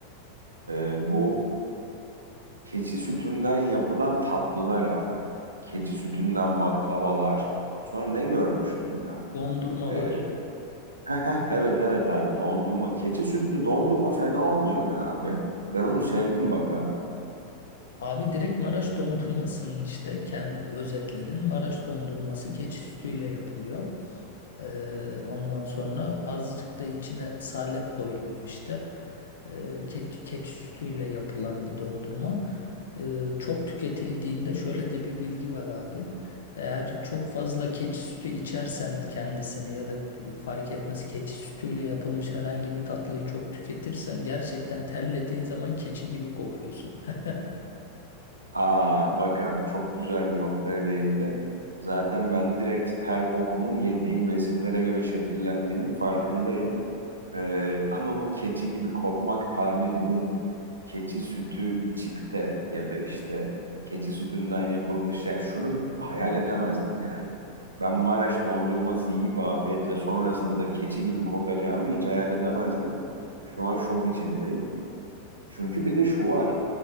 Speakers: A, on the right; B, on the left.
A: E, bu keçi sütünden yapılan tatlılar abi. Keçi sütünden baklavalar. Sonra ne görmüştüm ya?
B: Dondurma
A: E,
B: var.
A: <laughs> evet evet abi dondurma. Keçi sütlü dondurma fena olmuyor be abi. Ben onu sevdim bak ha.
B: Abi direkt Maraş dondurmasının işte kendi özetledin. Maraş dondurması keçi sütüyle yapılıyor. Ee, ondan sonra azıcık da içine salep koyuluyor işte. Ee, keç, keçi sütüyle yapılan bir dondurma. Ee, çok tüketildiğinde şöyle de bir bilgi var abi. Eğer çok fazla keçi sütü içersen kendisini ya da fark etmez keçi sütüyle yapılmış herhangi bir tatlıyı çok tüketirsen gerçekten terlediğin zaman keçi gibi kokuyorsun. <laughs>
A: Aa bak abi çok güzel bir noktaya değindin. Zaten ben direkt ter kokumun yediğim besinlere göre şekillendiğinin farkındayım. Ee, <laughs> ama bu keçi gibi kokmak tabirinin keçi sütü içip de ya da işte keçi sütünden yapılmış ya şunu hayal edemezdim yani. Ben Maraş dondurması yiyip afiyetle sonrasında keçi gibi kokacağımı hiç hayal edemezdim. Şu an şok içindeyim. Çünkü bir de şu var.